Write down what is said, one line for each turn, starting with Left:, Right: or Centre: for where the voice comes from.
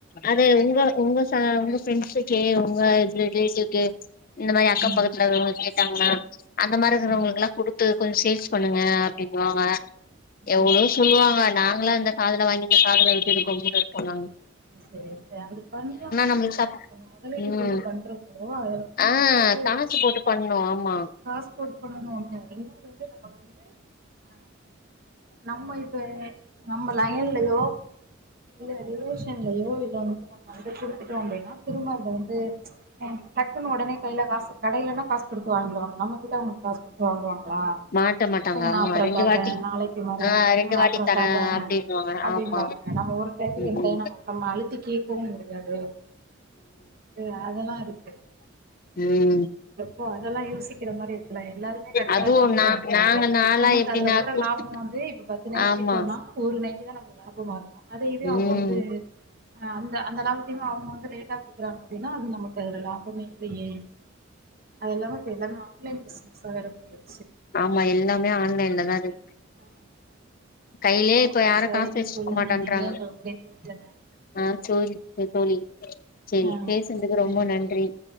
Left: அது உங்க உங்கசா உ ஃபெண்ட்ஸுக்கே உங்க லெடீஸுக்கு இந்த மாரி அக்கம்
Right: ஆ
Left: பக்கத்துலருக்கவங்களுக்கு தாங்கனா அந்த மாரிருக்றவங்களுக்குலா
Right: ஆ
Left: குடுத்து கொஞ்சொ சேல்ஸ் பண்ணுங்க இக்கோவ
Right: ஆ
Left: எவ்வளோ ப நாங்களா இந்த காதுல வாங்கி இந்த காதுல விட்டுருக்கோ கூட்டுட்டு போனாங்க
Right: செரி ச அது பண்லா
Left: நம்மளுக்கு சப்
Right: நம்ம கொஞ்சொ மொதலீடு
Left: ம்
Right: போட்டு பண்றப்போ அதுல வந்து
Left: ஆ
Right: நம்மள்க் வந்து
Left: கணக்கு போட்டு பண்ணோ
Right: அ
Left: ஆமா
Right: காஸ் போட்டு பண்ணணு ஒன்னு ரெண்டாவது வந்து நமக் வந்து அ நம்ம இப்ப நம்ம லயன்லயோ இல்ல ரிவைஸ் கன்லையோ இல்ல வந்து நம்ம வந்து குடுத்துட்டோ அப்டினா திரும்ப இந்த வந்து டக்குனு உடனே கையில காசு கடைலனா காசு குடுத்து வாங்கலாம் நம்ம கிட்ட அவங்க காசு குடுத்து வாங்குவாங்க லா
Left: மாட்ட மாட்டாங்க
Right: கொஞ்சொ
Left: ஆமா
Right: நா அப்றொ
Left: ரெண்டு
Right: தர்றே
Left: வாட்டி
Right: நாளைக்கு வர்ரே
Left: ஆ ரெண்டு
Right: ஆஹ்
Left: வாட்டி
Right: அப்றொ
Left: தரே
Right: தர்றே
Left: அப்டின்னுவாங்க
Right: அப்டிம்பாங்க
Left: ஆமா
Right: நம்ம ஒரு டைத்துக்கு
Left: ம்
Right: ரெண்டு டையொ நம்ம அழுத்தி கேக்கவு முடியாது த அதெல்லாருக்
Left: உம்
Right: பாத் அதெல்லா யோசிக்ற மாரி இருக்கு நா எல்லாருமே கரெக்டா
Left: அதுவு
Right: இருப்பாங்க
Left: நா
Right: சொல்ல முடியாது
Left: நாங்க நாலா
Right: நம்மளுக்கு
Left: எப்டின்னா
Right: அதுல வர
Left: குடுத்
Right: லாபொ வந்து இப்ப பத்து நைட்டி
Left: ஆமா
Right: வித்தோனா ஒரு நைட்டிதா நம்ளுக்கு லாபமாருக்கு அதயிதயு
Left: ம்
Right: அவுங்க வந்து அ அந்த அந்தளாவுத்தினு அவுங்க வந்து லேட்டா குடுக்குறாங்க அப்படின்னா அது நமக்கு அதுலலா பமே இல்லையே அதுல்லாம இப்ப எல்லாமே ஆன்லைன் பிஸ் <unintelligible>
Left: ஆமா எல்லாமே ஆன்லைன்லதான் இருக்
Right: <unintelligible>
Left: கைலயே இப்ப யாரும்
Right: சரிங்க
Left: காசு வச்சிருக்க
Right: தோழி
Left: மாட்டன்றாங்க
Right: நீங்களே எங்களுக்கு முடிந்து விட்டன
Left: ஆஹ ச <unintelligible> தோழி சேரி
Right: ஹ்
Left: பேசுனதுக்கு
Right: செரி
Left: ரொம்ப நன்றி